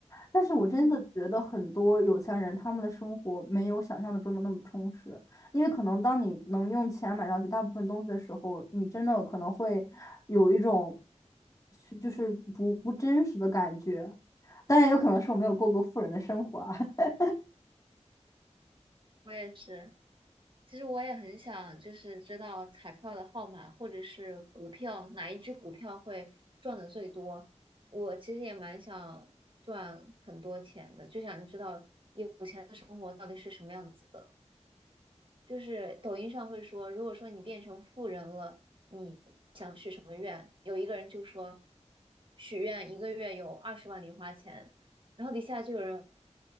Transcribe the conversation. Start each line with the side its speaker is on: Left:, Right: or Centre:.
Left: 但是我真的觉得很多有钱人他们的生活没有想象的中的那么充实，
Right: 嗯，
Left: 因为可能当你能用钱买到绝大部分东西的时候，你真的可能会有一种就是不不真实的感觉。当然，有可能是我没有过过富人的生活啊。<laughs>
Right: 我也是。其实我也很想，就是知道彩票的号码，或者是股票哪一只股票会赚的最多。我其实也蛮想赚很多钱的，就想知道有钱的生活到底是什么样子的。就是抖音上会说，如果说你变成富人了，你想许什么愿？有一个人就说，许愿一个月有二十万零花钱，然后底下就有人，